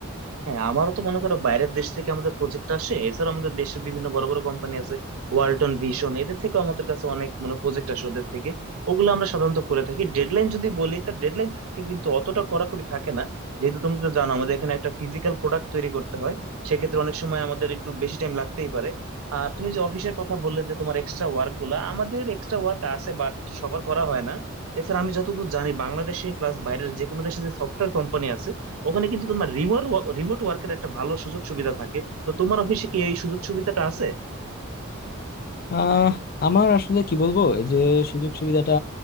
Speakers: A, on the right; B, on the left.
A: হ্যাঁ আমারও তো মনে করো বাইরের দেশ থেকে আমাদের প্রজেক্ট আসে এছাড়া আমাদের দেশের বিভিন্ন বড় বড় কোম্পানি আছে ওয়ালটন ভিশন এদের থেকে আমাদের কাছে অনেক মানে প্রজেক্ট আসে ওদের থেকে ওগুলো আমরা সাধারণত করে থাকি ডেডলাইন যদি বলি তো ডেডলাইন থাকে কিন্তু অতটা কড়াকড়ি থাকে না যেহেতু তুমি তো জানো আমাদের এখানে একটা ফিজিক্যাল প্রোডাক্ট তৈরি করতে হয় সেক্ষেত্রে অনেক সময় আমাদের একটু বেশি টাইম লাগতেই পারে আর তুমি যে অফিসের কথা বললে যে তোমার এক্সট্রা ওয়ার্ক গুলা আমাদের এক্সট্রা ওয়ার্ক আছে বাট সবার করা হয় না এছাড়া আমি যতদূর জানি বাংলাদেশে প্লাস বাইরের যে কোনো দেশে যে সফটওয়্যার কোম্পানি আছে ওখানে কিন্তু তোমার রিমোট রিমোট ওয়ার্কের একটা ভালো সুযোগ সুবিধা থাকে তো তোমার অফিসে কি এই সুযোগ সুবিধাটা আছে
B: আহ আমার আসলে কি বলবো এই যে সুযোগ সুবিধাটা